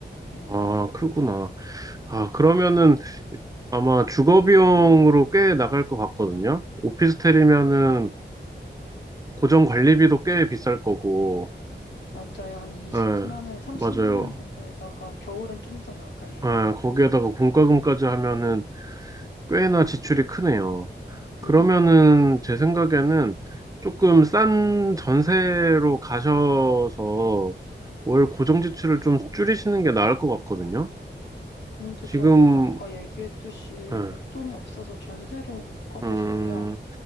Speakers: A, on the left (about 70°); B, on the right (about 20°).
A: 예.
B: 아, 크구나. 아, 그러면은 아마 주거 비용으로 꽤 나갈 것 같거든요. 오피스텔이면은
A: 어,
B: 고정 관리비도 꽤 비쌀 거고,
A: 맞아요. 한 20만
B: 예,
A: 원, 30만
B: 맞아요.
A: 원 정도에다가 겨울엔 좀 더 나가요.
B: 예, 거기에다가 공과금까지 하면은 꽤나 지출이 크네요. 그러면은
A: 음, 네.
B: 제 생각에는 조금 싼 전세로 가셔서 월 고정 지출을 좀 줄이시는 게 나을 것 같거든요.
A: 근데
B: 지금,
A: 저는 아까 얘기했듯이
B: 예,
A: 목돈이 없어서 전세를 못 가겠어요.
B: 음,